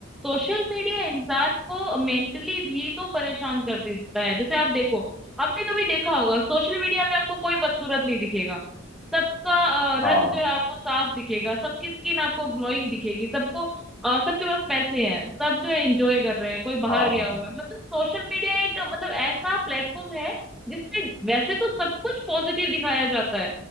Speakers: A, in the centre; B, on the left (about 25°).
A: सोशल मीडिया इंसान को मेंटली भी तो परेशान कर देता है जैसे आप देखो आपने कभी देखा होगा सोशल मीडिया पे आपको कोई बदसूरत नहीं दिखेगा सबका अ,
B: हाँ
A: रंग जो है आपको साफ दिखेगा सबकी स्किन आपको ग्लोइंग दिखेगी सबको अ, सबके पास पैसे हैं सब जो है एंजॉय कर रहे हैं कोई बाहर
B: हाँ
A: गया
B: हाँ
A: हुआ है मतलब सोशल मीडिया एक मतलब ऐसा प्लेटफॉर्म है जिसमें वैसे तो सब कुछ पॉजिटिव दिखाया जाता है